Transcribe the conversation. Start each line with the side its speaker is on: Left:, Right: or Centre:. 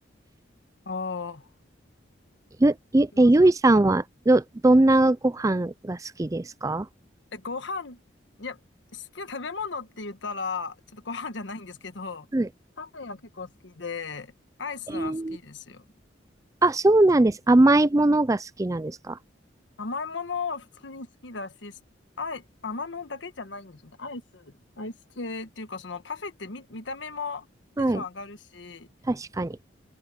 Left: おお。
Right: ゆ、ゆ、
Left: 餃子か。
Right: え、ゆいさんはど、どんなご飯が好きですか
Left: え、ご飯、いや、好きな食べ物って言ったら、ちょっとご飯じゃないんですけど、
Right: はい。
Left: パフェが結構好きで、アイスは好きですよ。
Right: えーあ、そうなんです。甘いものが好きなんですか
Left: 甘いものは普通に好きだし、あい、甘いものだけじゃないんですよね。アイス、アイス系っていうか、そのパフェって見、見た目もテンション上がるし、
Right: はい。確かに。